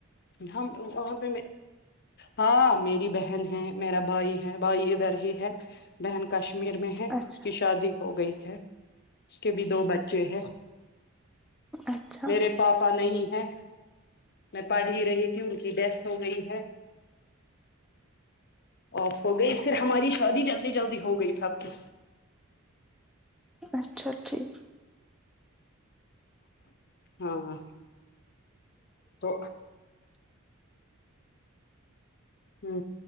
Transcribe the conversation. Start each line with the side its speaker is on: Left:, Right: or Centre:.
Left: ہم وہاں پہ ہاں میری بہن ہے میرا بھائی ہے بھائی ادھر ہی ہے بہن کشمیر میں ہے اس
Centre: اچھا
Left: کی شادی ہو گئی ہے اس کے بھی دو بچے ہیں
Centre: اچھا
Left: میرے پاپا نہیں ہے میں پڑ ہی رہی تھی ان کی ڈیتھ ہو گئی ہے آف ہو گئی پھر ہماری شادی جلدی جلدی ہو گئی سب کی
Centre: اچھا ٹھیک
Left: ہاں تو ہم